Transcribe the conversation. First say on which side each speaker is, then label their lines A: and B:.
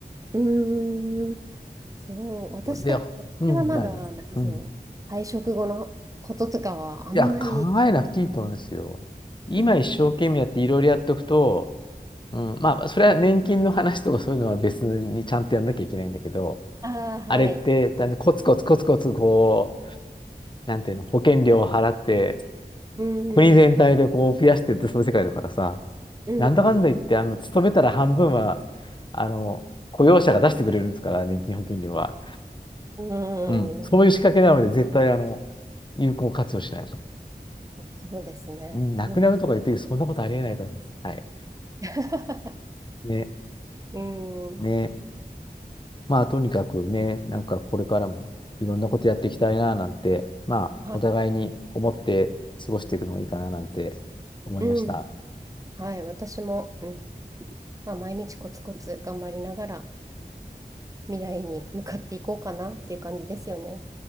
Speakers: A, on the right (about 20°); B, on the left (about 30°).
A: うーん。そう、私たち、
B: ら、で、うん、
A: 私はまだ、
B: 何うん。
A: なんかその、退職後のこととかは、あんまり、
B: いや、考えなくていいと思うんですよ。今一生懸命やっていろいろやっておくと、
A: うん、
B: うん、まあ、それは年金の話とかそういうのは別にちゃんとやんなきゃいけないんだけど、
A: ああ、はい。
B: あれって、だんだんコツコツコツコツこう、なんていうの、保険料を払って、
A: うん、
B: 国全体でこう増やしてってその世界だからさ、
A: うん、うん、
B: なんだかんだ言って、
A: うん、
B: あの、勤めたら半分は、あの、雇用者が出してくれるんですから、年金保険料は。
A: うん、
B: うん。そういう仕掛けなので、絶対、あの、有効活用しないと。
A: そうですね。
B: うん、なくなるとか言ってるけどそんなことありえないと思います。
A: うん、
B: はい。
A: <laughs>
B: ね、
A: うん、
B: ね。まあ、とにかくね、なんかこれからもいろんなことやっていきたいな、なんて、まあ、
A: は
B: お互いに思って過ごしていくのがいいかな、なんて思いました。
A: い、うん、はい、私も、うん、まあ、毎日コツコツ頑張りながら、未来に向かっていこうかなっていう感じですよね。